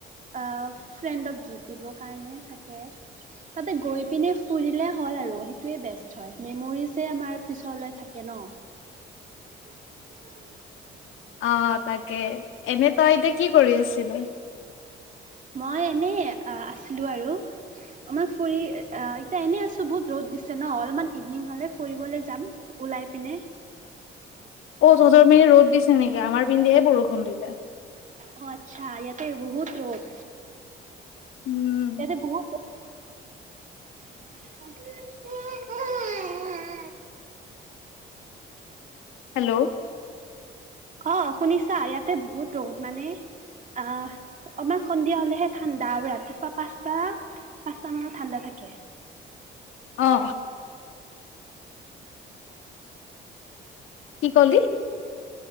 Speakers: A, on the right; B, on the left.
A: আহ ফ্ৰেণ্ডক গিফ্ট দিবৰ কাৰণে থাকে তাতে গৈ পিনে ফুৰিলে হ'ল আৰু সেইটোৱে বেষ্ট হয় মেমৰিজে আমাৰ পিছলে থাকে ন। উ <unintelligible>
B: অ তাকে এনে তই এতিয়া কি কৰি আছিলি।
A: মই এনেই আছিলোঁ আৰু। আমাৰ ফুৰি আহ এতিয়া এনে আছোঁ। বহুত ৰ'দ দিছে ন অলপমান ইভনিং হলে ফুৰিবলৈ যাম, ওলাই পিনে।
B: অ তঁহতৰ সেই পিনে ৰ'দ দিছে নেকি আমাৰ পিনেহে বৰষুণ দিছে।
A: অ আচ্ছা ইয়াতে বহুত ৰ'দ।
B: উম
A: ইয়াতে বহুত <unintelligible>
B: হেল্ল'
A: অ শুনিছা ইয়াতে বহুত ৰদ মানে আহ অকমান সন্ধিয়া হলেহে ঠাণ্ডা আৰু ৰাতিপুৱা পাঁচটা, পাঁচটা মানত ঠাণ্ডা থাকে।
B: অঁ কি কলি?